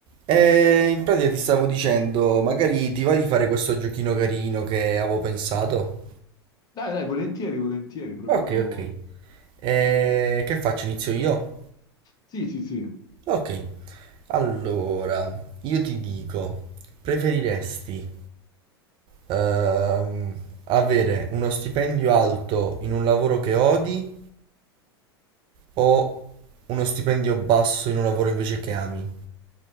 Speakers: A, on the right; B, on the left.
A: E in pratica ti stavo dicendo, magari ti va di fare questo giochino carino che avevo pensato?
B: Dai, dai, volentieri, volentieri, proviamo.
A: Ok, ok. E che faccio? Inizio io?
B: Sì, sì, sì,
A: Ok. Allora, io ti dico, preferiresti ehm, avere uno stipendio alto in un lavoro che odi o uno stipendio basso in un lavoro invece che ami?